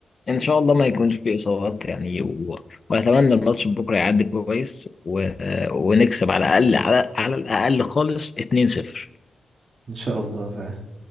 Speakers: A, on the left (about 30°); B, on the right (about 45°).
A: ان شاء الله ما يكونش فيه اصابات يعني و... واتمنى الماتش بكره يعدي كويس و... ونكسب على الاقل على على الاقل خالص 2-0
B: ان شاء الله فاهم